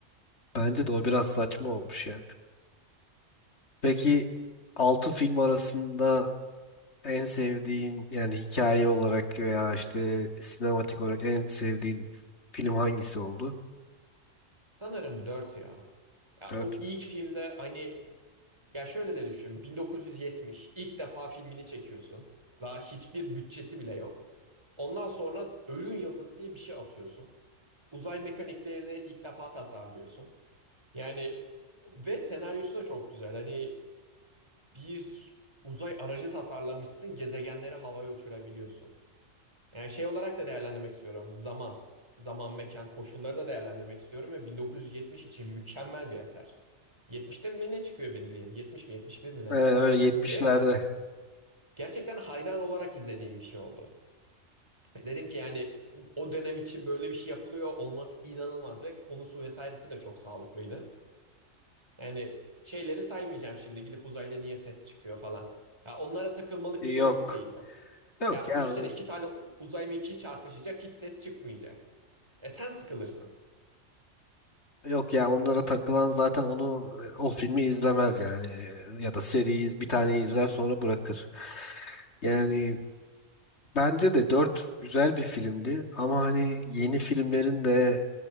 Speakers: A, on the left; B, on the right.
A: Bence de o biraz saçma olmuş yani. Peki 6 film arasında en sevdiğin yani hikaye olarak veya işte sinematik olarak en sevdiğin film hangisi oldu?
B: Sanırım 4 ya. Ya
A: 4.
B: o ilk filmde hani ya şöyle de düşün. 1970 ilk defa filmini çekiyorsun. Daha hiçbir bütçesi bile yok. Ondan sonra Ölüm Yıldızı diye bir şey atıyorsun. Uzay mekaniklerini ilk defa tasarlıyorsun. Yani ve senaryosu da çok güzel. Hani bir uzay aracı tasarlamışsın, gezegenleri havaya uçurabiliyorsun. Yani şey olarak da değerlendirmek istiyorum. Zaman, zaman, mekan, koşulları da değerlendirmek istiyorum ve 1970 için mükemmel bir eser. 70'te mi ne çıkıyor bildiğim? 70 mi 71 mi ne?
A: öyle 70'lerde.
B: Ve gerçekten hayran olarak izlediğim bir şey oldu. Dedim ki yani o dönem için böyle bir şey yapılıyor olması inanılmaz ve konusu vesairesi de çok sağlıklıydı. Yani şeyleri saymayacağım şimdi gidip uzayda niye ses çıkıyor falan. Ya onlara takılmalık
A: Yok.
B: bir mevzu değil bu.
A: Yok
B: Ya
A: ya.
B: düşünsene iki tane u- uzay mekiği çarpışacak hiç ses çıkmayacak. E sen sıkılırsın.
A: Yok ya onlara takılan zaten onu e, o filmi izlemez yani E, ya da seriyi iz- bir tane izler sonra bırakır. Yani bence de 4 güzel bir filmdi ama hani yeni filmlerin de